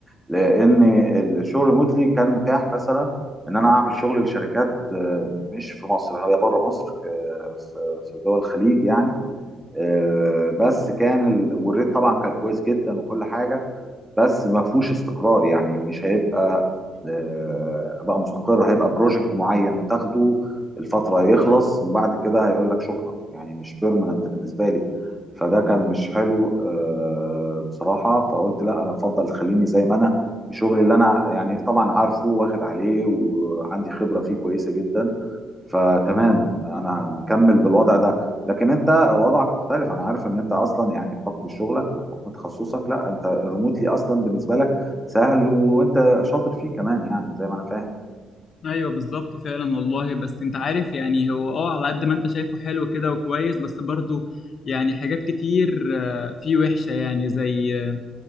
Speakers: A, in the centre; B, on the left.
A: لان الشغل ريموتلي كان متاح مثلا ان انا اعمل شغل لشركات مش في مصر هي بره مصر آه، في في دول الخليج يعني آه، بس كان ال... والريت طبعا كان كويس جدا وكل حاجه بس ما فيهوش استقرار يعني مش هيبقى آه، بقى مستقر هيبقى بروجكت معين تاخده الفتره يخلص وبعد كده هيقول لك شكرا يعني مش بيرمننت بالنسبه لي فده كان مش حلو آه، بصراحه فقلت لا انا افضل خليني زي ما انا الشغل اللي انا يعني طبعا عارفه واخد عليه وعندي خبره فيه كويسه جدا فتمام انا مكمل بالوضع ده لكن انت وضعك مختلف انا عارف ان انت اصلا يعني بحكم شغلك وبحكم تخصصك لا انت الريموتلي اصلا بالنسبه لك سهل وانت شاطر فيه كمان يعني زي ما انا فاهم
B: ايوه بالظبط فعلا والله بس انت عارف يعني هو اه على قد ما انت شايفه حلو كده وكويس بس برضه يعني حاجات كتير آه، فيه وحشة يعني زي آه،